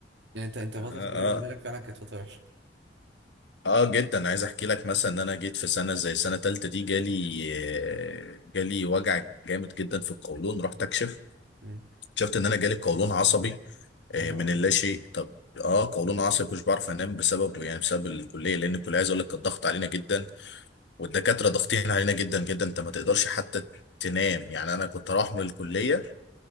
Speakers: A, on the right; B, on the left.
A: يعني انت انت فترة
B: اه
A: الكلية بالنسبة
B: آه.
A: لك فعلا كانت فترة وحشة
B: اه جدا عايز احكي لك مثلا ان انا جيت في سنه زي سنه تالتة دي جالي آه، جالي وجع جامد جدا في القولون رحت اكشف
A: مم.
B: اكتشفت ان انا جالي قولون عصبي آه،
A: يا نهار
B: من
A: ابيض
B: اللاشيء طب اه قولون عصبي مش بعرف انام بسببه يعني بسبب الكليه لان الكليه عايز اقول لك كانت ضغط علينا جدا والدكاتره ضاغطين علينا جدا جدا انت ما تقدرش حتى تنام يعني انا كنت اروح من الكليه